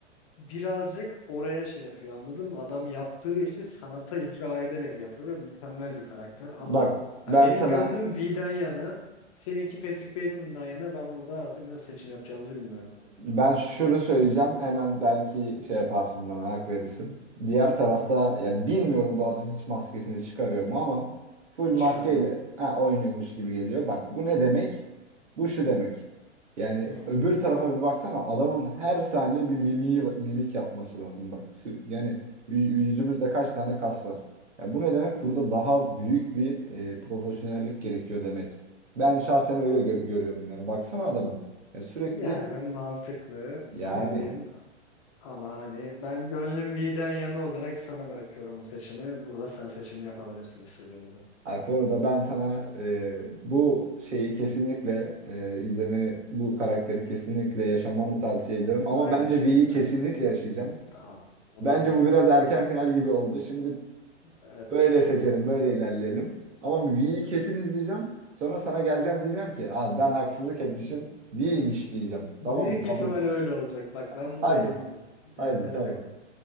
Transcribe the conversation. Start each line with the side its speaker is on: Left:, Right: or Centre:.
Left: birazcık oraya şey yapıyor anladın mı? Adam yaptığı işi sanata icra ederek yapıyor ve mükemmel bir karakter ama
Right: Bak
Left: ha,
Right: ben
Left: benim
Right: sana
Left: gönlüm V'den yana, seninki Patrick Bateman'dan yana ben burada artık nasıl seçim yapacağımızı bilmiyorum.
Right: Ben şunu söyleyeceğim. Hemen belki şey yaparsın bana hak verirsin. Diğer tarafta
Left: Hı,
Right: ya bilmiyorum bu adam hiç maskesini çıkarıyor mu ama full
Left: çıkarmıyorum.
Right: maskeyle ha, oynuyormuş gibi geliyor. Bak bu ne demek? Bu şu demek. Yani
Left: Hı.
Right: öbür tarafa bir baksana adamın her saniye bir mimiği, mimik yapması lazım bak. Sür- Yani yüz- yüzümüzde kaç tane kas var? Ya bu ne demek? Burada daha büyük bir e, profesyonellik gerekiyor demek. Ben şahsen öyle gör- görüyorum yani. Baksana adamın. Ya sürekli
Left: Yerden mantıklı
Right: yani
Left: dediğin Ama hani ben gönlüm V'den yana olarak sana bırakıyorum bu seçimi. Burada sen seçimi yapabilirsin istediğin gibi.
Right: abi bu arada ben sana e, bu şeyi kesinlikle e, izlemeni, bu karakteri kesinlikle yaşamanı tavsiye
Left: İzleyeceğim.
Right: ederim. Ama
Left: Aynı
Right: ben de
Left: şekilde.
Right: V'yi kesinlikle yaşayacağım.
Left: Tamam. Onu
Right: Bence
Left: izle.
Right: bu biraz erken final gibi oldu. Şimdi
Left: Evet.
Right: böyle seçelim, böyle ilerleyelim. Ama V'yi kesin izleyeceğim. Sonra sana geleceğim diyeceğim ki abi ben haksızlık etmişim. V'ymiş diyeceğim.
Left: Büyük
Right: Tamam mı? Kabul
Left: ihtimal
Right: mü?
Left: öyle olacak. Bak ben
Right: Hadi.
Left: buna eminim. Yaşanacak
Right: Hadi tamam.
Left: bu.